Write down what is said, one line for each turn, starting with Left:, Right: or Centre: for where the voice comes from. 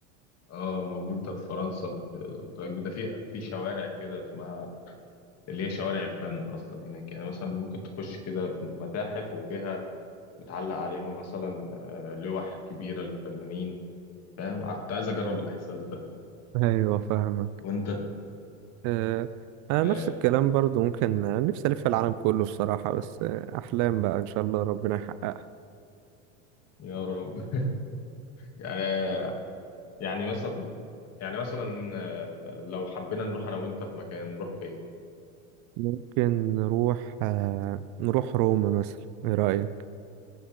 Left: اه موجود ده في فرنسا ب- ده في في شوارع كده اسمها اللي هي شوارع الفن اصلا هناك يعني مثلا ممكن تخش كده متاحف وفيها متعلق عليها مثلا آه، لوح كبيره للفنانين فاهم أنا كنت عايز اجرب الاحساس ده
Right: ايوه فاهمك
Left: وانت
Right: آه، انا
Left: آه
Right: نفس الكلام برضو ممكن آه، نفسي الف العالم كله بصراحة بس آه، احلام بقى ان شاء الله ربنا يحققها
Left: يا رب <laughs> يعني يعني مثلا يعني مثلا آه، لو حبينا نروح انا وانت في مكان نروح فين
Right: ممكن نروح آه، نروح روما مثلا ايه رأيك